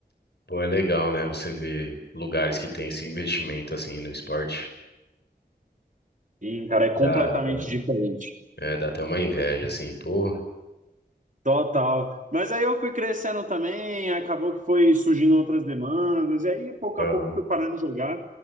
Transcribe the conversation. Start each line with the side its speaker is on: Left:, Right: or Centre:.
Left: Pô, é legal, né? Você vê lugares que tem esse investimento assim no esporte.
Right: Sim, cara, é completamente
Left: Dá, dá.
Right: diferente.
Left: É, dá até uma inveja, assim, pô.
Right: Total. Mas aí eu fui crescendo também, acabou que foi surgindo outras demandas, e aí pouco
Left: Aham.
Right: a pouco fui parando de jogar.